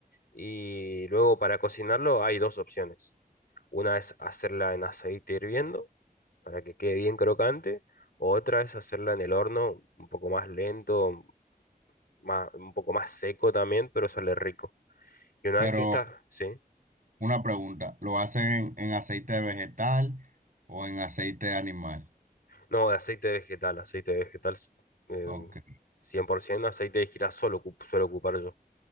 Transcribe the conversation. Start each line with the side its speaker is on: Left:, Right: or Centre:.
Left: y luego para cocinarlo hay dos opciones. Una es hacerla en aceite hirviendo para que quede bien crocante, otra es hacerla en el horno un poco más lento, más, un poco más seco también, pero sale rico. Y una
Right: Pero
Left: vez que está, sí.
Right: una pregunta, ¿lo hacen en, en aceite vegetal o en aceite animal?
Left: No, de aceite vegetal, aceite vegetal eh,
Right: Ok,
Left: 100%, aceite de girasol ocu- suelo ocupar yo.